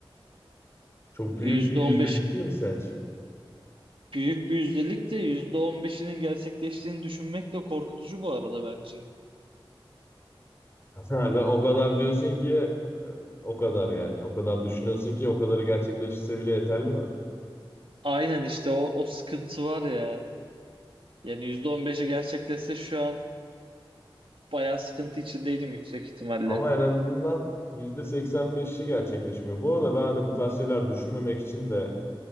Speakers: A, on the left; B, on the right.
A: Çok
B: %15
A: büyük bir yüzdelik değil mi sence?
B: büyük bir yüzdelik de %15'inin gerçekleştiğini düşünmek de korkutucu bu arada bence.
A: Sen de o kadar diyorsun ki e, o kadar yani. O kadar düşünüyorsun ki o kadarı gerçekleşse bile yeterli mi?
B: Aynen işte o, o sıkıntı var ya. Yani %15'i gerçekleşse şu an bayağı sıkıntı içindeydim yüksek ihtimalle.
A: Ama en azından yüzde seksen beşi gerçekleşmiyor. Bu arada ben hani bu tarz şeyler düşünmemek için de